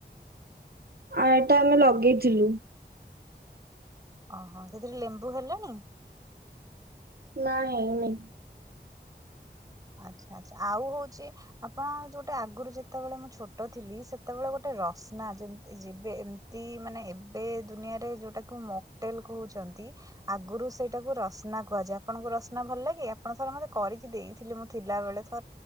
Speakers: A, on the right; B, on the right.
A: ଆ ଏଟା ଆମେ ଲଗେଇଥିଲୁ
B: ଓହୋ ସେଥିରେ ଲେମ୍ବୁ ହେଲାଣି
A: ନା ହେ ଏଇ ନାଇ
B: ଆଛା ଆଛା ଆଉ ହଉଛି ଆପଣ ଯୋଉଟେ ଆଗରୁ ଯେତେବେଳେ ମୁଁ ଛୋଟ ଥିଲି ସେତେବେଳେ ଗୋଟେ ରସନା ଯେମତି ଯେବେ ଏମତି ମାନେ ଏବେ ଦୁନିଆରେ ଯୋଉଟାକୁ ମଟେଲ କହୁଛନ୍ତି ଆଗରୁ ସେଇଟାକୁ ରସନା କୁହାଯାଏ। ଆପଣଙ୍କୁ ରସନା ଭଲ ଲାଗେ ଆପଣ ଥର ମତେ କରିକି ଦେଇ ଥିଲ ମୁଁ ଥିଲାବେଳେ